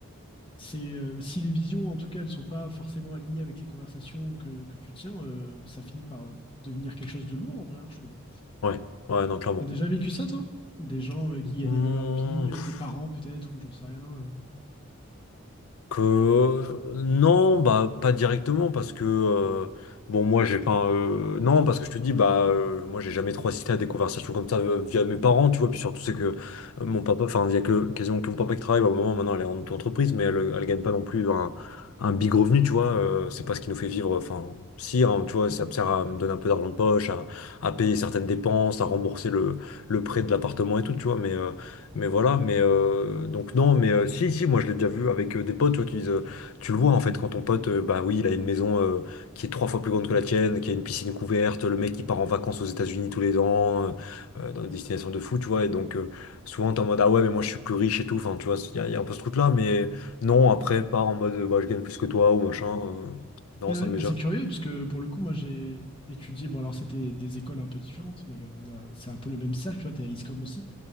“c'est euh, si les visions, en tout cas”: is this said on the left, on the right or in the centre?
Left